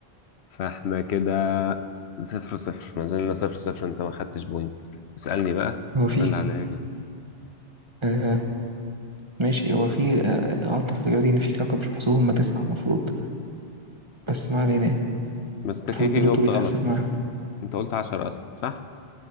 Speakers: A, on the left (about 80°); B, on the right (about 25°).
A: فاحنا كده صفر صفر ما زلنا صفر صفر انت ما خدتش بوينت اسألني بقى
B: هو في
A: انا اللي عليا اجاوب
B: آه ماشي هو في آه غلطة في الإجابة دي إن في كوكب مش محسوب هما تسعة المفروض بس ما علينا يعني
A: بس انت كده
B: المفروض
A: كده
B: بلوتو
A: جاوبت
B: بيتحسب
A: غلط
B: معاهم
A: انت قلت عشرة اصلا صح؟